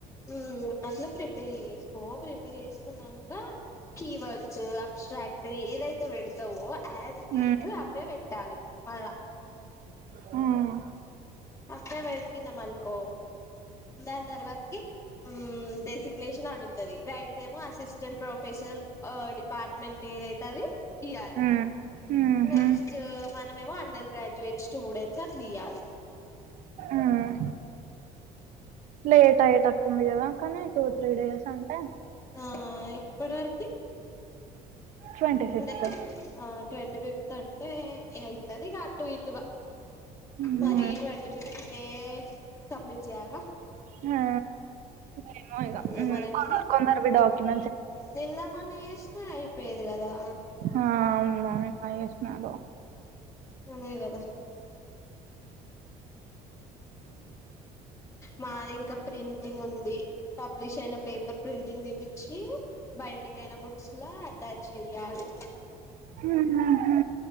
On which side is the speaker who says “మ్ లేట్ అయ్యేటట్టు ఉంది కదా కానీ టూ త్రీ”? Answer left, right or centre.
Right